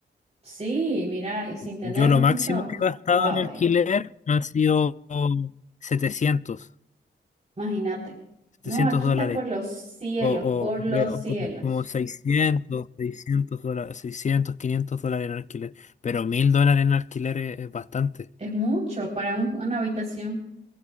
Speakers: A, on the right (about 35°); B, on the left (about 40°).
A: Sí, mira, y sin tener
B: Yo lo
A: mucho,
B: máximo que he gastado
A: wow,
B: en alquiler han sido 700
A: Imagínate.
B: 700
A: No, aquí
B: dólares.
A: está por los cielos,
B: O,
A: por
B: o,
A: los
B: re- o
A: cielos.
B: como, como seiscientos 600 dólares, 600 500 dólares en alquiler. Pero 1000 dólares en alquiler es, es bastante.
A: Es mucho para un- una habitación